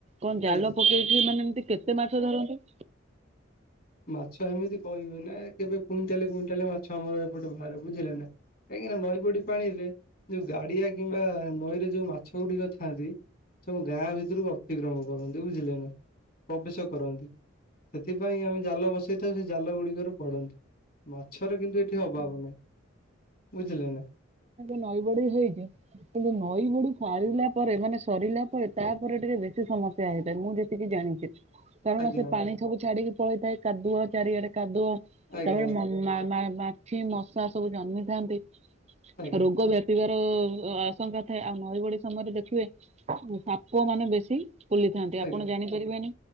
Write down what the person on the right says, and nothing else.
କଣ
ଜାଲ ପକେଇଛିି ମାନେ ଏମତି କେତେ ମାଛଧରନ୍ତି
ନଈବଢ଼ି ହେଇଚି କିନ୍ତୁ ନଈ ବଡି ଛାଡିଲା ପରେ ମାନେ ସରିଲା ପରେ ତାପରେ ଟିକେ ବେଶୀ ସମସ୍ୟା ହେଇଥାଏ ମୁଁ ଯେତିକି ଜାଣିଚି।
କାରଣ ସେ
ପାଣି ସବୁ ଛାଡିକି ପଳେଇଥାଏ କାଦୁଅ ଚାରିଆଡେ କାଦୁଅ
ତାପରେ ମ ମା ମା ମାଛି ମଶା ସବୁ ଜନ୍ମିଥାନ୍ତି
ରୋଗ ବ୍ୟାପ୍ ପି ବାର ଆଶଙ୍କା ଥାଏ ଆଉ ନଈ ବଡି ସମୟରେ ଦେଖିବେ ସାପ ମାନେ ବେଶୀ ବୁଲିଥାନ୍ତି
ଆପଣ ଜାଣିପାରିବେନି